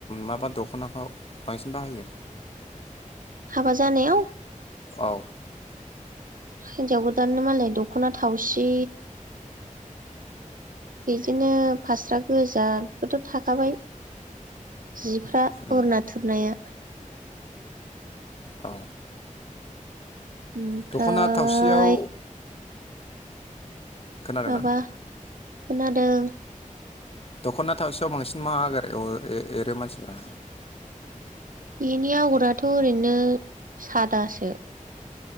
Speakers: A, on the left (about 45°); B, on the right (about 80°).
A: माबा द'खनाखौ बांसिन बाहायो?
B: हाबा जानायाव?
A: औ
B: हिन्जाव गोदाननो मालाय दख'ना थावसि बिजोंनो फास्रा गोजा बेफोरथ' थाखाबाय जि फ्रा
A: उम
B: अरुना थुरनाया।
A: औ
B: ओमफ्राय
A: दख'ना थावसियाव खोनादोंना?
B: माबा खोनादों
A: दख'ना थावसेयाव बांसिन मा आगार एवो ए एरो मानसिफोरा?
B: बेनि आगराथ' ओरैनो सादासो।